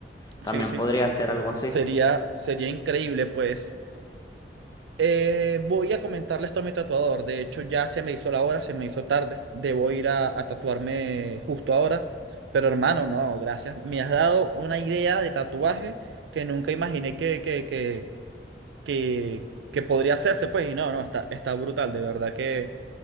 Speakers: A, on the left; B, on the right.
A: También
B: Sí, sí.
A: podría ser algo así.
B: Sería, sería increíble, pues. Eh, voy a comentarle esto a mi tatuador. De hecho, ya se me hizo la hora, se me hizo tarde. Debo ir a, a tatuarme justo ahora. Pero hermano, no, gracias. Me has dado una idea de tatuaje que nunca imaginé que, que, que, que, que podría hacerse. Pues, y no, no, está, está brutal. De verdad que